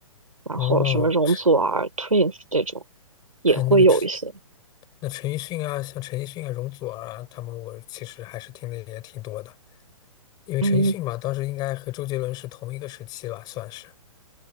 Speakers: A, on the right; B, on the left.
A: 然后什么容祖儿、
B: 哦，陈，
A: Twins 这种，也会有一些。
B: 哎，那个陈，那陈奕迅啊，像陈奕迅啊、容祖儿啊，他们我其实还是听的也挺多的。因为陈奕迅嘛，
A: 嗯，
B: 当时应该和周杰伦是同一个时期吧，算是。